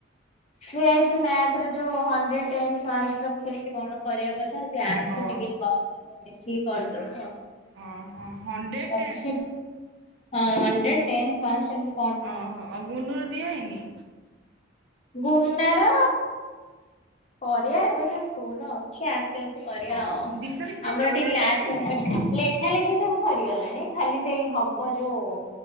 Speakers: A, on the left (about 35°); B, on the right (about 60°).
A: ଦିଆହେଇଚି ମ୍ୟାଥର ଯୋଉ ହଣ୍ଡଡ୍ରେଡ ଟେନସ୍ ୱାନସ ର କେମିତି କଣ କରିବା ଦରକାର। ସେ ଆସୁ
B: ଓହୋ
A: ଟିକେ <unintelligible> ମିଶିକି କରିଦବ
B: ଓହୋ ହଣ୍ଡ୍ରେଡ
A: ଅଛି।
B: ଟେନ୍ସ
A: ହଁ ହଣ୍ଡ୍ରେଡ ଟେନ୍ସ ୱାନସ ଏମତି
B: ଓହୋ ଗୁନୁ ର ଦିଆ ହେଇନି।
A: ଗୁନାର କରିଆ ଏବେ ତ ସ୍କୁଲ ଅଛି ଆସେ। କରିଆ
B: ହଁ
A: ଆଉ
B: ଦିଶାରେ କିଛି ଏଥିରେ
A: ଆମର
B: ପଚାରି
A: ଟିକେ ଲାଷ୍ଟ
B: ଦିଆହେଇନି?
A: ମୋମେଣ୍ଟ ଲେଖା ଲେଖି ସବୁ ସରିଗଲାଣି ଖାଲି ସେଇ ହବ ଯୋଉ